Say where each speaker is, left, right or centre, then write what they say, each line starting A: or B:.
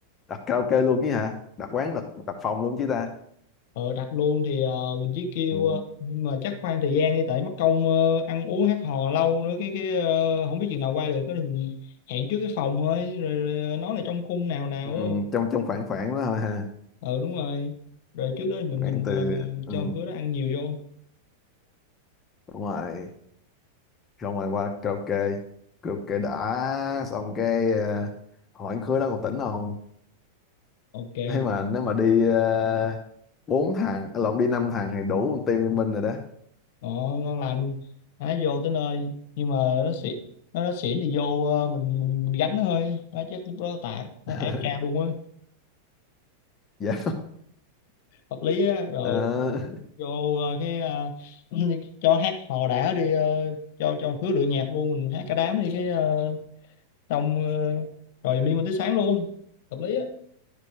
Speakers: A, on the left; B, on the left.
A: đặt karaoke luôn chứ hả? Đặt quán đặt đặt phòng luôn chứ ta?
B: ờ, đặt luôn thì ờ, mình chỉ kêu
A: Ừ,
B: ờ, nhưng mà chắc khoan thời gian đi tại mất công ờ, ăn uống hát hò lâu nữa cái cái ờ, không biết chừng nào qua được cái thì mình hẹn trước cái phòng thôi rồi, rồi ờ, nói là trong khung nào nào
A: ừ,
B: á
A: trong trong khoảng khoảng đó thôi ha,
B: ờ đúng rồi rồi trước đó thì mình
A: khoảng
B: mình
A: từ
B: ờ,
A: ừ,
B: cho khứa đó ăn nhiều vô
A: đúng rồi, xong rồi qua karaoke, karaoke đã xong cái à, hỏi anh khứa đó còn tỉnh không?
B: ok
A: Thế mà nếu mà đi à, bốn thằng, à, lộn đi năm thằng thì đủ một team liên minh rồi đó.
B: Ồ, ngon lành nó vô tới nơi nhưng mà nó xỉn nó nó xỉn thì vô ờ, mình mình, mình gánh nó thôi nó chắc lúc đó tạt nó
A: <laughs>
B: ép ca luôn á
A: Dạ.
B: hợp lý á rồi
A: Ờ,
B: vô ờ, cái ờ, <clears throat> cho hát hò đã đi ờ, cho cho khứa lựa nhạc luôn mình hát cả đám đi cái ờ, xong ờ, rồi liên minh tới sáng luôn hợp lý á